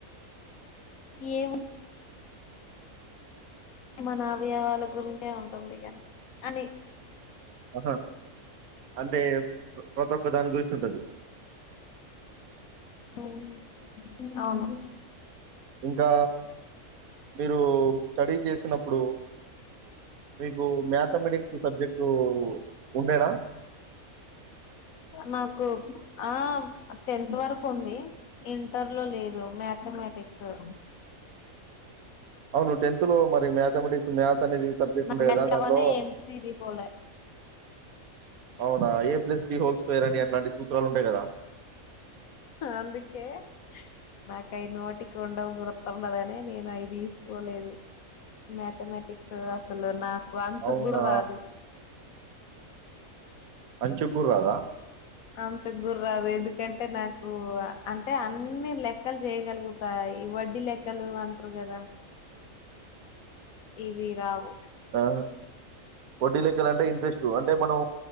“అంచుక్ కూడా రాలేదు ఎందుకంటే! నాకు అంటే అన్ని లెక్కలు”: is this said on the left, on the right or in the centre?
Left